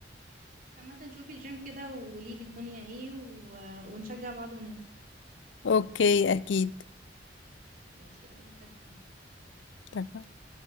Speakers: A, on the right; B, on the left.
A: عامة شوفي الجيم كده وقوليلي الدنيا ايه و... ونشجع بعض وننزل
B: أوكي أكيد
A: ماشي اتفقنا
B: اتفقنا.